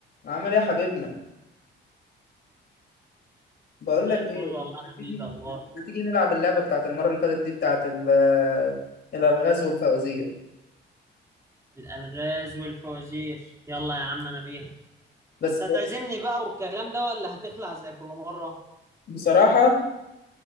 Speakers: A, on the left; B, on the right.
A: عامل ايه يا حبيبنا بقول
B: زي
A: لك
B: الفل
A: ايه
B: والله يا
A: ما
B: حبيبي
A: تيجي
B: اخبارك
A: ما تيجي نلعب اللعبه بتاعت المره اللي فاتت دي بتاعت ال- الالغاز والفوازير
B: الالغاز والفوازير يلا يا عم انا بيها
A: بس
B: بس هتعزمني بقى والكلام ده ولا هتخلع زي كل مرة؟
A: بصراحه